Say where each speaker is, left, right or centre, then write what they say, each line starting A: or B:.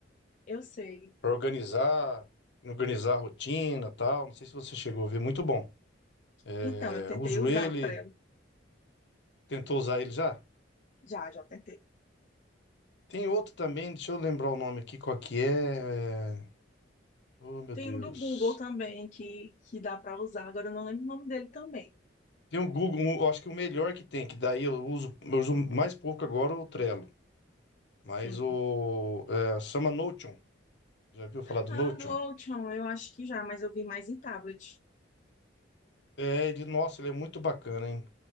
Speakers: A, on the left; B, on the left.
A: Eu sei.
B: Para organizar, organizar a rotina e tal. Não sei se você chegou a ver, muito bom. É,
A: Então, eu tentei
B: uso
A: usar
B: ele,
A: o Trello.
B: tentou usar ele já?
A: Já, já tentei.
B: Tem outro também, deixa eu lembrar o nome aqui, qual que é. É, Oh, meu
A: Tem
B: Deus.
A: um do Google também que, que dá para usar, agora eu não lembro o nome dele também.
B: Tem o Google, um- eu acho que o melhor que tem, que daí eu uso, eu uso mais pouco agora é o Trello.
A: Sim.
B: Mas o. É, chama Notion. Já viu falar do
A: Ah,
B: Notion?
A: Notion, eu acho que já, mas eu vi mais em tablet.
B: É, de, nossa, ele é muito bacana, hein?